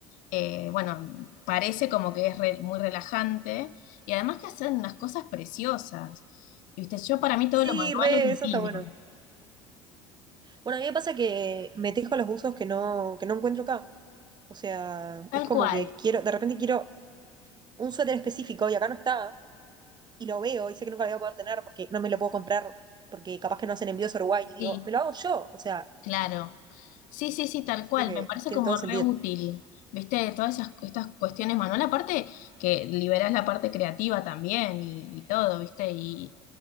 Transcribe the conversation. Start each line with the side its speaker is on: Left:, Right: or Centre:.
Left: eh, bueno, parece como que es re- muy relajante y además que hacen unas cosas preciosas, ¿viste? Yo para mí todo
Right: Sí,
Left: lo manual
Right: re,
Left: es divino,
Right: eso está bueno. Bueno, a mí me pasa que me tejo los buzos que no, que no encuentro acá. O sea,
Left: tal
Right: es como
Left: cual,
Right: que quiero, de repente quiero un suéter específico y acá no está, y lo veo y sé que nunca lo voy a poder tener porque no me lo puedo comprar, porque capaz que no hacen envíos a Uruguay. Y digo,
Left: sí.
Right: me lo hago yo. O sea,
Left: Claro. Sí, sí, sí, tal
Right: siento
Left: cual.
Right: que
Left: Me parece
Right: tiene
Left: como
Right: todo el
Left: re
Right: sentido.
Left: útil. ¿Viste? Todas esas, estas cuestiones, Manuel. Aparte que liberas la parte creativa también y, y todo, ¿viste? Y,